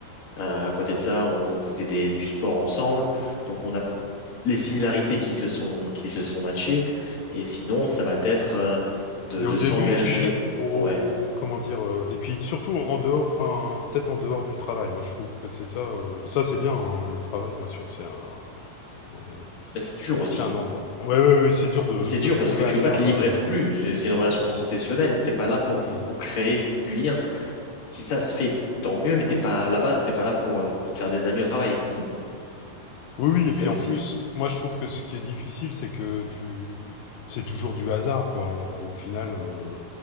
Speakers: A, on the left (about 60°); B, on the left (about 75°).
A: Euh, à côté de ça, on fait des- du sport ensemble. Donc, on a les similarités qui se sont, qui se sont matchées. Et sinon, ça va être euh, de,
B: Mais
A: de
B: au début,
A: s'engager.
B: je disais, au
A: Ouais,
B: comment dire, euh, et puis surtout en dehors, enfin, peut-être en dehors du travail. Moi, je trouve que c'est ça, euh, ça c'est bien, hein, le travail, bien sûr, c'est un, euh,
A: mais c'est dur aussi.
B: C'est un endroit. Ouais, ouais, ouais, c'est
A: C'est
B: dur de,
A: c'est
B: de
A: dur
B: trouver
A: parce que tu
B: ailleurs.
A: veux pas te livrer
B: euh.
A: non plus. C'est c'est une relation
B: Hmm,
A: professionnelle. T'es pas là pour,
B: hmm.
A: pour créer du, du lien. Si ça se fait, tant mieux, mais t'es pas à la base, t'es pas là pour, euh, pour te faire des amis au travail.
B: Oui, oui,
A: C'est
B: et puis
A: aussi,
B: en plus, moi je trouve que ce qui est difficile, c'est que tu, c'est toujours du hasard, quoi, en- au final. euh,